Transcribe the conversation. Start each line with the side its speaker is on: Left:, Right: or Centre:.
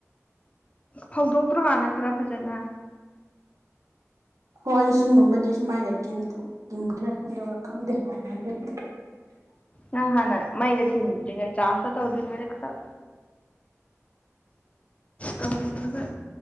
Left: ꯐꯧꯗꯣꯛꯇ꯭ꯔꯣ ꯍꯥꯟꯅ ꯈꯔ ꯐꯖꯅ
Right: ꯍꯣꯏ ꯏꯁꯤꯡꯒꯨꯝꯕꯗꯤ ꯁꯨꯃꯥꯏꯅ ꯀꯤꯟ ꯀꯤꯟꯈ꯭ꯔꯦ ꯑꯗꯨꯒ ꯈꯪꯗꯦ ꯌꯥꯒꯦꯔ
Left: ꯅꯪ ꯍꯥꯟꯅ ꯃꯩꯗ ꯊꯤꯟꯗ꯭ꯔꯤꯉꯩ ꯆꯥꯔꯖꯇꯨ ꯇꯧꯗ꯭ꯔꯤꯉꯩꯗ ꯈꯔ ꯀꯪꯉꯥꯒ